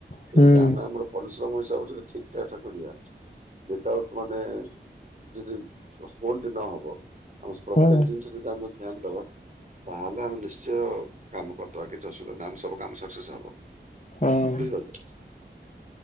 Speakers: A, on the left (about 40°); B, on the right (about 40°).
A: ହୁଁ
B: ସେମିତି ଆମେ ଆମର ପରିଶ୍ରମ ହିସାବରେ ଯଦି ଠିକଠାକ୍ ପଡ଼ିଲା ୱିଥ ଆଉଟ୍ ମାନେ ଯଦି <unintelligible> ନ ହବ <unintelligible>
A: ହଁ
B: ପ୍ରତେକ ଜିନିଷ ଯଦି ଆମେ ଧ୍ୟାନ ଦବା ତାହେଲେ ଆମେ ନିଶ୍ଚୟ କାମ କରିଦବା କିଛି ଅସୁବିଧା ନାହିଁ ଆମ ସବୁ କାମ ସକ୍ସେସ ହବ।
A: ହଁ।
B: ବୁଝିପାରିଲତ